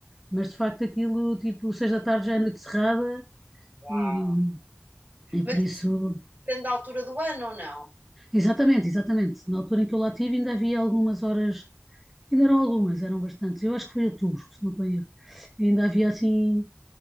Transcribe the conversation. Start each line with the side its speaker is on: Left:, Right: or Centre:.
Centre: mas de facto aquilo, tipo, seis da tarde já é noite cerrada
Right: Uau.
Centre: e, e
Right: Mas
Centre: por isso...
Right: isso depende da altura do ano ou não?
Centre: Exatamente, exatamente. Na altura em que eu lá tive ainda havia algumas horas, ainda eram algumas, eram bastantes. Eu acho que foi outubro, se não estou a erro. Ainda havia assim